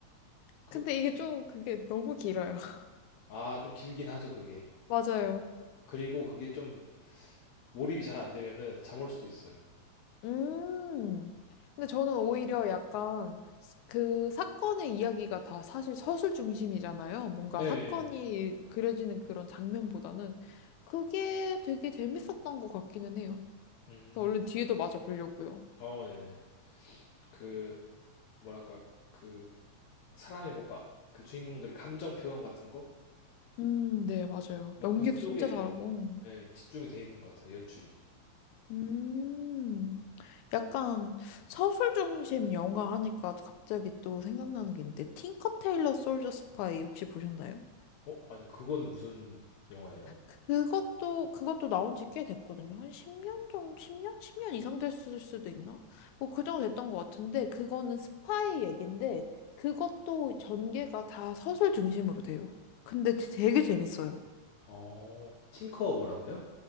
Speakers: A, on the left (about 75°); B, on the left (about 85°).
A: 그,
B: 근데 이게 좀 그게 너무 길어요. <laughs>
A: 아, 좀 길긴 하죠, 그게.
B: 맞아요.
A: 그리고 그게 좀 몰입이 잘 안 되면은 잠올 수도 있어요.
B: 음. 근데 저는 오히려 약간 스- 그 사건의 이야기가 다 사실 서술 중심이잖아요. 뭔가
A: 예,
B: 사건이
A: 예.
B: 그려지는 그런 장면보다는 그게 되게 재밌었던 것 같기는 해요.
A: 예.
B: 그래서 얼른
A: 음,
B: 뒤에도 맞아 보려고요.
A: 어, 네. 그, 뭐랄까, 그, 사람이 뭔가, 그 주인공들의 감정 표현 같은 거?
B: 음, 네, 맞아요.
A: 뭔가
B: 연기도
A: 그쪽에
B: 진짜 잘하고.
A: 좀, 예, 집중이 돼 있는 것 같아요, 연출이.
B: 음, 약간 서술 중심 영화 하니까 갑자기 또 생각나는 게 있는데, 틴커 테일러 솔저 스파이 혹시 보셨나요?
A: 어? 아니요. 그거는 무슨 영화예요?
B: 그것도, 그것도 나온 지 꽤 됐거든요. 한 10년 정도, 10년? 10년 이상 됐을 수도 있나? 뭐 그 정도 됐던 것 같은데, 그거는 스파이 얘긴데, 그것도 전개가 다 서술 중심으로 돼요. 근데 되게 재밌어요.
A: 어, 틴커 뭐라고요?